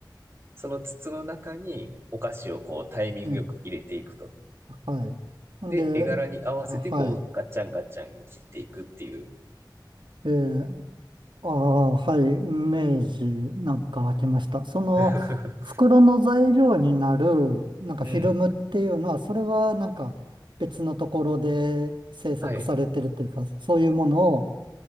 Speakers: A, on the right; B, on the right.
A: その筒の中にお菓子をこう、タイミングよく入れていくと。
B: ね、はい。んで、
A: で、絵柄に合わせて、
B: あ、はい、
A: こう、ガッチャンガッチャン切っていくっていう。
B: ええ、ああ、はい、イメージなんか湧きました。その、
A: <laughs>
B: 袋の材料になる、なんかフィルムっていうのは、
A: うん。
B: それはなんか別のところで制作されてるというか、
A: はい。
B: そういうものを、